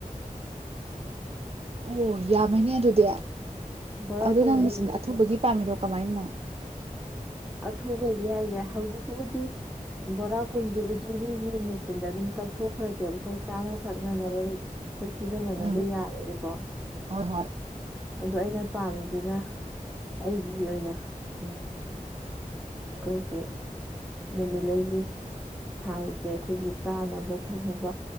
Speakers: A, on the right; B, in the centre.
A: ꯑꯣ ꯌꯥꯝꯃꯦꯅꯦ ꯑꯗꯨꯗꯤ
B: ꯕꯣꯔꯥ
A: ꯑꯗꯣ
B: ꯀꯨꯟꯁꯦ
A: ꯅꯪ ꯃꯆꯤꯟ
B: ꯑꯗꯨꯝ
A: ꯑꯊꯨꯕꯒꯤ ꯄꯥꯝꯃꯤꯔꯣ ꯀꯃꯥꯏꯅꯣ
B: ꯑꯊꯨꯕꯒꯤ ꯍꯥꯏꯖꯦ ꯍꯧꯖꯤꯛꯄꯨꯗꯤ ꯕꯣꯔꯥ ꯀꯨꯟꯖꯤꯕꯨꯗꯤ ꯃꯤꯒꯤ ꯃꯦꯆꯤꯟꯗ ꯑꯗꯨꯝ ꯇꯛꯊꯣꯛꯈ꯭ꯔꯒꯦꯕ ꯑꯈꯣꯏ ꯆꯥꯅ ꯊꯛꯅꯅꯕ ꯈꯣꯏ ꯁꯤꯖꯤꯟꯅꯅꯕ
A: ꯎꯝ
B: ꯌꯥꯌꯦꯕꯀꯣ
A: ꯍꯣꯏ ꯍꯣꯏ
B: ꯑꯗꯣ ꯑꯩꯅ ꯄꯥꯝꯃꯤꯖꯤꯅ ꯑꯩꯒꯤ ꯑꯣꯏꯅ ꯎꯝ ꯀꯣꯢꯒꯤ ꯅꯨꯃꯤꯠꯂꯩꯒꯤ ꯊꯥꯎꯖꯦ ꯑꯈꯣꯏꯒꯤ ꯆꯥꯅꯕ ꯊꯛꯅꯕ